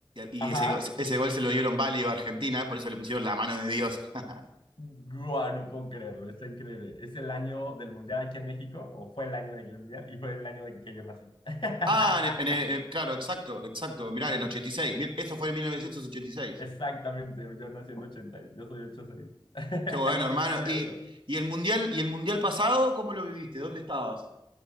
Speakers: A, on the right (about 75°); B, on the left (about 75°).
A: y
B: ajá.
A: ese, ese gol se lo dieron válido a Argentina, por eso le pusieron la mano de Dios. <laughs>
B: Guau, no puedo creerlo, está increíble. Es el año del Mundial aquí en México, o fue el año del Mundial, y fue el año en que yo nací. <laughs>
A: Ah, en- en- en- claro, exacto, exacto, mirá,
B: Yo,
A: en ochenta y seis esto fue en mil novecientos ochenta y seis
B: exactamente, yo nací en ochenta, y yo soy ochenta y seis
A: Qué bueno, hermano.
B: <laughs> Qué curioso.
A: Y, y, el mundial, ¿Y el mundial pasado cómo lo viviste? ¿Dónde estabas?